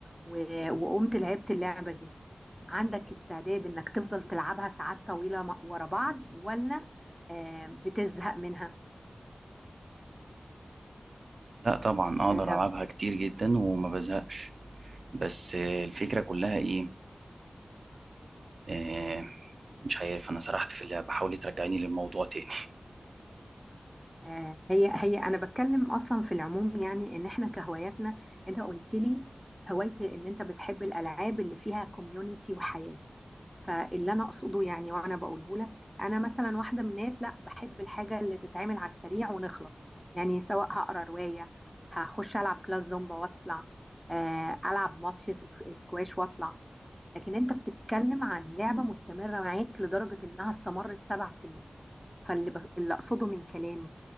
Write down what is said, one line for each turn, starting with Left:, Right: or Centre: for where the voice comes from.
Centre: و- وقمت لعبت اللعبة دي عندك استعداد انك تفضل تلعبها ساعات طويلة م- ورا بعض ولا آه، بتزهق منها
Right: لا طبعا اقدر
Centre: آه،
Right: العبها كتير جدا وما بزهقش بس آه، الفكرة كلها ايه آه، مش عارف انا سرحت في اللعبة حاولي ترجعيني للموضوع تاني
Centre: آه، هي هي انا بتكلم اصلا في العموم يعني ان احنا كهواياتنا انت قلت لي هوايتي ان انت بتحب الالعاب اللي فيها كوميونيتي وحياة فاللي انا اقصده يعني وانا بقوله لك انا مثلا واحده من الناس لا بحب الحاجه اللي تتعمل على السريع ونخلص يعني سواء هقرا روايه هخش العب كلاس زومبا واطلع آه، العب ماتش س- سكواش واطلع لكن انت بتتكلم عن لعبه مستمره معاك لدرجه انها استمرت سبع سنين فاللي ب... اللي اقصده من كلامي